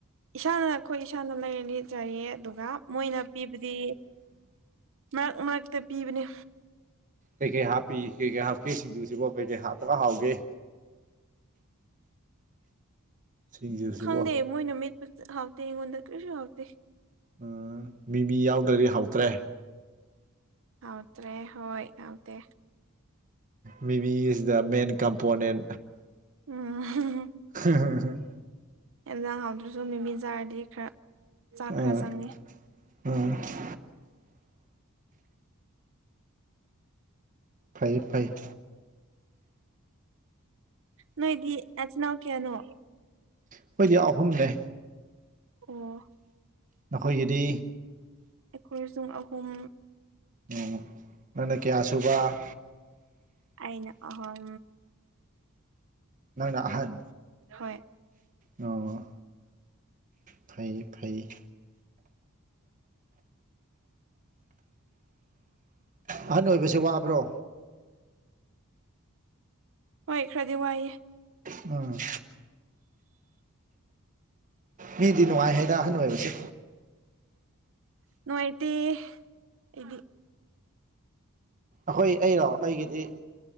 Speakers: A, on the right (about 65°); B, on the right (about 35°).
A: ꯏꯁꯥꯅ ꯑꯩꯈꯣꯏ ꯏꯁꯥꯅ ꯂꯩꯔꯅꯤ ꯆꯥꯏꯌꯦ ꯑꯗꯨꯒ ꯃꯣꯏꯅ ꯄꯤꯕꯗꯤ ꯃꯔꯛ ꯃꯔꯛꯇ ꯄꯤꯕꯅꯤ
B: ꯀꯩꯀꯩ ꯍꯥꯞꯄꯤ ꯀꯩꯀꯩ ꯍꯥꯞꯀꯦ ꯁꯤꯡꯖꯨꯁꯤꯕꯣ ꯀꯩꯀꯩ ꯍꯥꯞꯄꯒ ꯍꯥꯎꯒꯦ ꯁꯤꯁꯤꯕꯣ
A: ꯈꯪꯗꯦ ꯃꯣꯏꯅ ꯃꯤꯠꯄ ꯍꯥꯎꯇꯦ ꯑꯩꯉꯣꯟꯗ ꯀꯔꯤꯁꯨ ꯍꯥꯎꯇꯦ
B: ꯎ ꯃꯤꯃꯤ ꯌꯥꯎꯗ꯭ꯔꯗꯤ ꯍꯥꯎꯇ꯭ꯔꯦ
A: ꯑꯥꯎꯇ꯭ꯔꯦ ꯍꯣꯏ ꯑꯇ
B: ꯃꯤꯃꯤꯁꯤꯗ ꯃꯦꯟ ꯀꯝꯄꯣꯅꯦꯟ
A: ꯎꯝ
B: <unintelligible>
A: ꯑꯦꯖ ꯍꯥꯎꯗ꯭ꯔꯁꯨ ꯅꯨꯃꯤꯠ ꯆꯥꯔꯗꯤ ꯈꯔ ꯆꯥꯛ
B: ꯎꯝ
A: ꯈꯔ ꯆꯪꯉꯤ
B: ꯎꯝ ꯐꯩ ꯐꯩ <unintelligible>
A: ꯅꯣꯏ ꯏꯗꯤ ꯅꯆꯅꯅꯥꯎ ꯀꯌꯥꯅꯣ
B: ꯑꯩꯈꯣꯏꯗꯤ ꯑꯍꯨꯝꯅꯦ
A: ꯑꯣ
B: ꯅꯈꯣꯏꯒꯤꯗꯤ
A: ꯑꯩꯈꯣꯏꯁꯨ ꯑꯍꯨꯝ
B: ꯎꯝ ꯅꯪꯅ ꯀꯌꯥ ꯁꯨꯕ
A: ꯑꯩꯅ ꯑꯍꯜ
B: ꯅꯪꯅ ꯑꯍꯟ
A: ꯍꯣꯏ
B: ꯑꯣ ꯐꯩ ꯐꯩ ꯑꯍꯟ ꯑꯣꯏꯕꯁꯦ ꯋꯥꯕ꯭ꯔꯣ
A: ꯍꯣꯏ ꯈꯔꯗꯤ ꯋꯥꯏꯌꯦ
B: ꯎꯝ ꯃꯤꯗꯤ ꯅꯨꯡꯉꯥꯏ ꯍꯥꯏꯗ ꯑꯍꯟ ꯑꯣꯏꯕꯁꯦ
A: ꯅꯅꯨꯡ ꯑꯇ ꯏꯗꯤ
B: ꯑꯩꯈꯣꯏ ꯑꯩꯔꯣ ꯑꯩꯒꯤꯗꯤ